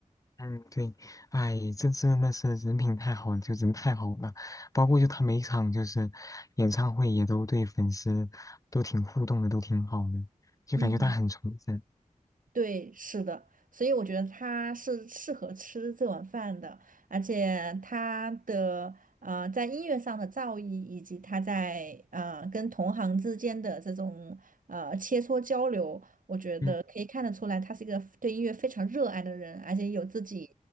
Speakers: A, on the left; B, on the right.
A: 嗯，对，哎，这真的是人品太好了，就人太好了。包括就他每一场就是演唱会也都对粉丝都挺互动的，都挺好的，就感觉他很从真。
B: 嗯。对，是的，所以我觉得他是适合吃这碗饭的，而且他的呃在音乐上的造诣，以及他在呃跟同行之间的这种呃切磋交流，我觉得可以看得出来，
A: 嗯
B: 他是一个对音乐非常热爱的人，而且有自己